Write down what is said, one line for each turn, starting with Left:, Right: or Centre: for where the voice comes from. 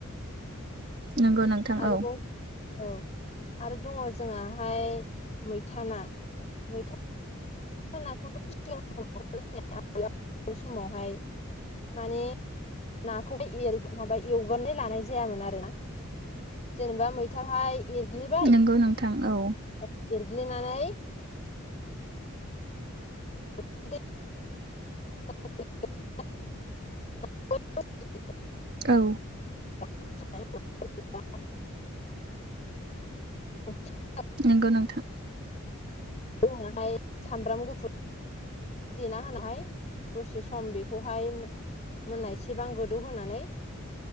Right: नंगौ नोंथां
Left: आरोबाव
Right: औ
Left: औ आरो दङ' जोङाहाय मैथा ना मैथा नाखौथ' सिगां समाव आबै आबौनि समावहाय माने नाखौहाय एर माबा एवगोरनाय लानाय जायामोन आरोना? जेनेबा मैथांहाय एरग्लिबाय
Right: नंगौ नोंथां औ
Left: औ एरग्लिनानै <inaudible>
Right: औ
Left: <inaudible> <inaudible>
Right: नोंगौ नोंथां।
Left: जोङाहाय सामब्राम गुफु देना होनाहाय दसे सम बेखौहाय मोननाय सेबां गोदौ होनानै